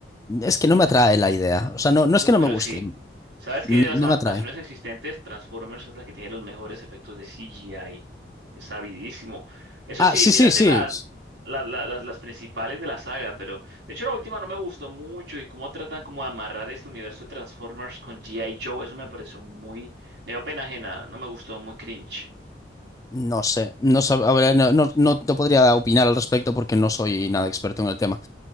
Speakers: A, on the left; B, on the right.
A: Es que no me atrae la idea. O sea, no, no
B: Uf,
A: es que no
B: pero
A: me guste,
B: sí. ¿Sabes
A: n-
B: que de las
A: no
B: adaptaciones
A: me atrae.
B: existentes, Transformers es la que tiene los mejores efectos de CGI? Es sabidísimo. Eso
A: Ah,
B: sí,
A: sí,
B: mírate
A: sí, sí.
B: la- la- la- las, las principales de la saga, pero de hecho la última no me gustó mucho y cómo tratan como de amarrar este universo de Transformers con G.I. Joe, eso me pareció muy, me dio pena ajena, no me gustó, muy cringe.
A: No sé, no sab- a ver, no, no, no te podría opinar al respecto porque no soy nada experto en el tema.